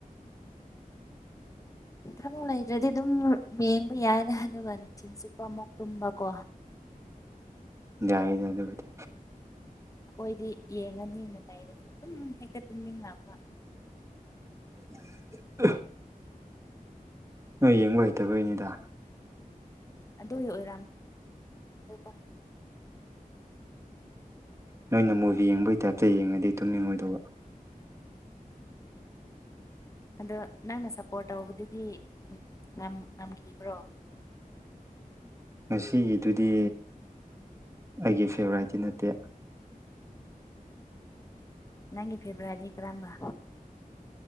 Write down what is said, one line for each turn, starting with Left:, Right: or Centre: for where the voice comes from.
Left: ꯊꯕꯛ ꯂꯩꯗ꯭ꯔꯗꯤ ꯑꯗꯨꯝ ꯌꯦꯡꯕ ꯌꯥꯏꯅꯦ ꯑꯗꯨꯒ ꯅꯨꯡꯊꯤꯟ ꯆꯨꯞꯄ ꯇꯨꯝꯕꯀꯣ
Right: ꯌꯥꯏꯗ ꯑꯗꯨꯕꯨꯗꯤ
Left: ꯑꯩꯈꯣꯏꯗꯤ ꯌꯦꯡꯉꯅꯤꯅ ꯂꯩꯔꯁꯨ ꯑꯗꯨꯝ ꯍꯦꯛꯇ ꯇꯨꯝꯅꯤꯡ ꯂꯛꯄ
Right: <inaudible> ꯅꯣꯏ ꯌꯦꯡꯕ ꯍꯩꯇꯕꯩꯅꯤꯗ
Left: ꯑꯗꯨꯒꯤ ꯑꯣꯏꯔꯥ <inaudible>
Right: ꯅꯣꯏꯅ ꯃꯨꯚꯤ ꯌꯦꯡꯕꯒꯤ ꯇꯥꯏꯞꯇ ꯌꯦꯡꯉꯗꯤ ꯇꯨꯝꯅꯤꯡꯉꯣꯏꯗꯧꯕ
Left: ꯑꯗꯣ ꯅꯪꯅ ꯁꯄꯣꯔꯠ ꯇꯧꯕꯗꯨꯗꯤ ꯉꯝ ꯉꯝꯈꯤꯕ꯭ꯔꯣ
Right: ꯎ <inaudible> ꯉꯁꯤꯒꯤꯗꯨꯗꯤ ꯑꯩꯒꯤ ꯐꯦꯚꯔꯥꯏꯠꯇꯤ ꯅꯠꯇꯦ
Left: ꯅꯪꯒꯤ ꯐꯦꯚꯔꯥꯏꯠꯇꯤ ꯀꯔꯝꯕ